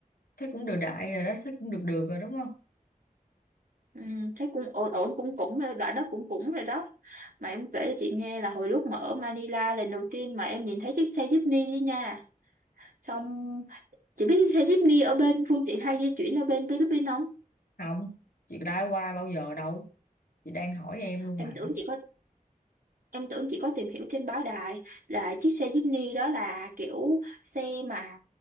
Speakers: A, on the left; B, on the right.
A: thế cũng được đại rồi đó thế cũng được được rồi đúng không
B: Ừ, thế cũng ổn ổn cũng cũng rồi, đoạn đó cũng cũng rồi đó mà em kể cho chị nghe là hồi lúc mà ở Manila lần đầu tiên mà em nhìn thấy chiếc xe jeepney ấy nha xong chị biết xe jeepney ở bên phương tiện hay di chuyển ở bên Philippines không
A: không chị đã qua bao giờ đâu chị đang hỏi em luôn
B: em
A: mà
B: tưởng chị có em tưởng chị có tìm hiểu trên báo đài là chiếc xe jeepney đó là kiểu xe mà